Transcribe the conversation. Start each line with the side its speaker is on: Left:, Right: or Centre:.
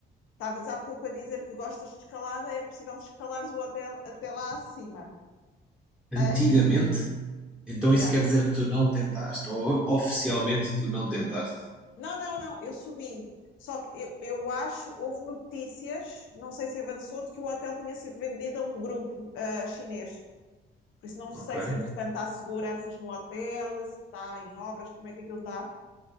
Left: estavas há pouco a dizer que gostas de escalada, era possível escalares o hotel até lá acima.
Centre: Antigamente,
Left: Uh,
Centre: então
Left: e,
Centre: isso
Left: yeah.
Centre: quer dizer que tu não tentaste, ou oficialmente tu não tentaste.
Left: Não, não, não, eu subi. Só que eu, eu acho, houve notícias, não sei se avançou, de que o hotel tinha sido vendido a um grupo uh, chinês. Por isso não sei
Centre: Ok.
Left: se, entretanto, há seguranças no hotel, se está em obras, como é que aquilo está